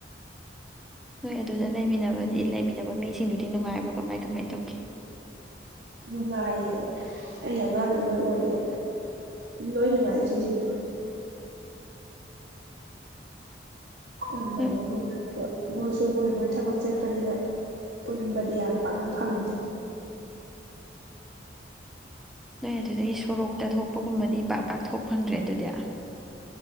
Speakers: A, in the centre; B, on the right (about 60°).
A: ꯅꯣꯏ ꯑꯗꯨꯗ ꯂꯩꯃꯤꯟꯅꯕꯗꯤ ꯂꯩꯃꯤꯟꯅꯕ ꯃꯤꯁꯤꯡꯗꯨꯗꯤ ꯅꯨꯡꯉꯥꯏꯕ꯭ꯔꯣ ꯀꯃꯥꯏ ꯀꯃꯥꯏꯅ ꯇꯧꯒꯦ
B: ꯅꯨꯡꯉꯥꯏꯌꯦ ꯑꯩꯅ ꯑꯉꯥꯡ ꯏꯑꯣꯏ ꯑꯣꯏꯌꯦ ꯑꯗꯨꯝ ꯂꯣꯏ ꯅꯨꯡꯉꯥꯏ ꯏꯆꯦꯁꯤꯡꯗꯣ ꯍ ꯃꯅꯤꯗꯣ
A: ꯅꯣꯏ
B: <inaudible> ꯃꯣꯏꯁꯨ ꯃꯣꯏ ꯃꯣꯏ ꯊꯕꯛ ꯆꯠꯄꯅꯤꯗ ꯄꯨꯟꯕꯗꯤ ꯌꯥꯝ ꯄꯥꯛꯅ ꯐꯪꯗꯦ
A: ꯅꯣꯏ ꯑꯗꯨꯗꯒꯤ ꯁꯣꯔꯣꯛꯇ ꯊꯣꯛꯄꯒꯨꯝꯕꯗꯤ ꯄꯥꯛ ꯄꯥꯛ ꯊꯣꯛ ꯐꯪꯗ꯭ꯔꯦ ꯑꯗꯨꯗꯤ